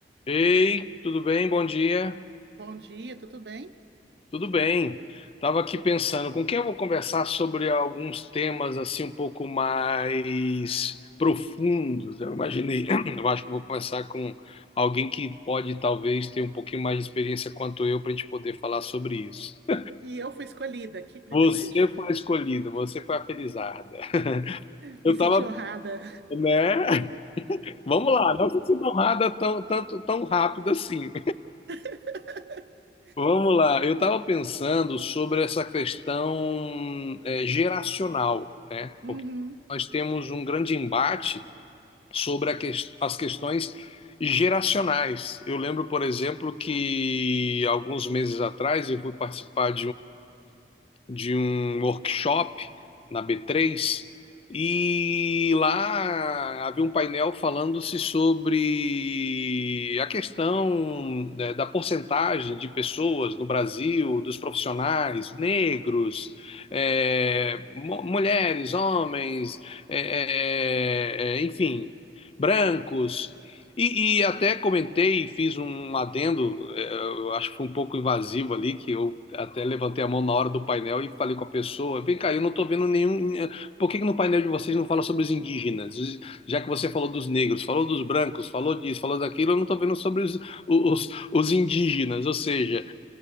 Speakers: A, on the left; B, on the right.
A: Ei, tudo bem? Bom dia.
B: Bom dia, tudo bem?
A: Tudo bem. Tava aqui pensando com quem eu vou conversar sobre alguns temas assim um pouco mais profundos. Eu imaginei, <clears throat> eu acho que eu vou conversar com alguém que pode talvez ter um pouquinho mais de experiência quanto eu para a gente poder falar sobre isso. <laughs>
B: E eu fui escolhida, que privilégio.
A: Você foi a escolhida, você foi a felizarda.
B: Me
A: Eu
B: senti
A: tava,
B: honrada.
A: né? <laughs> Vamos lá, não se sinta honrada tão, tanto, tão rápido assim.
B: <laughs>
A: Vamos lá, eu estava pensando sobre essa questão eh, geracional, né?
B: Uhum,
A: Porque nós temos um grande embate sobre a ques- as questões geracionais. Eu lembro, por exemplo, que alguns meses atrás eu fui participar de um workshop na B3 e lá havia um painel falando-se sobre a questão né, da porcentagem de pessoas no Brasil, dos profissionais negros, é, mulheres, homens, é, é, é, enfim, brancos e, e até comentei, e fiz um adendo, eh, eu acho que foi um pouco invasivo ali, que eu até levantei a mão na hora do painel e falei com a pessoa, vem cá, eu não tô vendo nenhum, eh, por que que no painel de vocês não fala sobre os indígenas? Os- Já que você falou dos negros, falou dos brancos, falou disso, falou daquilo, eu não tô vendo sobre os, os, os indígenas, ou seja,